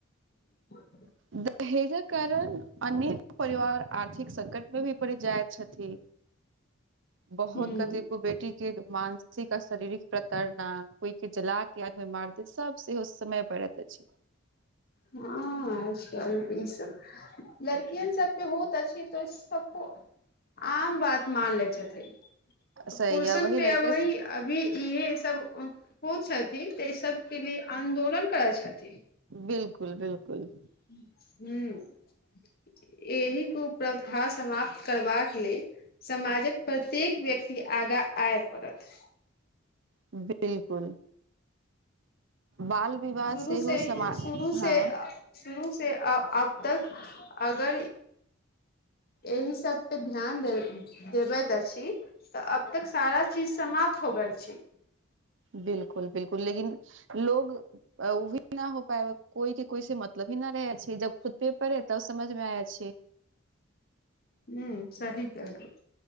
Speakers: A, on the left; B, on the right.
A: <inaudible>
B: <inaudible> दहेजक कारण अनेक परिवार आर्थिक संकट मे भी पड़ि जाइत छथि। बहोत
A: ह
B: कथ कोइ बेटीके मानसिक आ शारीरिक प्रतड़ना कोइके जला के आग में मार दे सब सेहो ओ समय परत अछि
A: हँ ई सब लड़किय सब पे होत अछि त इ सबको आम बात मान ले छैथ पुरषन
B: सही य वही लैके
A: पे अबहि अभी इहे सब हो छथि तऽ ई सबके लिए आन्दोलन करै छथि
B: बिलकुल बिलकुल
A: हु एहि कुप्रथा समाप्त करबाक लेल समाजक प्रत्येक व्यक्ति आगा आय पड़त
B: बिलकुल बाल विवाह
A: शुरू
B: सेहो
A: से
B: समा
A: शुरू से
B: हँ
A: शुरू से अ अब तक अगर एहि सब पे ध्यान दे देबै अछि तऽ अब तक सारा चीज समाप्त हो गेल छी।
B: बिलकुल बिलकुल लेकिन लोग अ‌ ओहि न हो पाय कोइ के कोइ से मतलब ही न रहै छै जब खुद पे पड़े तब समझ मे आय छी।
A: ह्म सही कहलिये